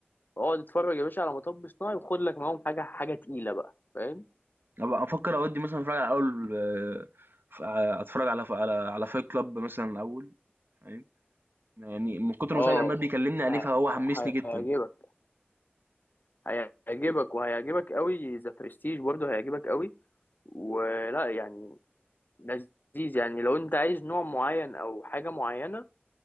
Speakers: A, on the left; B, on the right.
A: اقعد اتفرج يا باشا على مطب صناعي وخد لك معاهم حاجة حاجة تقيلة بقى فاهم
B: ابقى افكر اودي مثلا اتفرج على اول آه، ف- اتفرج على على على فايت كلاب مثلا الاول فاهم يعني من كتر
A: اه
B: ما سعيد عمال بيكلمني عليه
A: ه-
B: فهو
A: ه-
B: حمسني جدا
A: هيعجبك هيعجبك وهيعجبك قوي ذا برستيج برضه هيعجبك قوي ولا يعني لذيذ يعني لو انت عايز نوع معين او حاجة معينة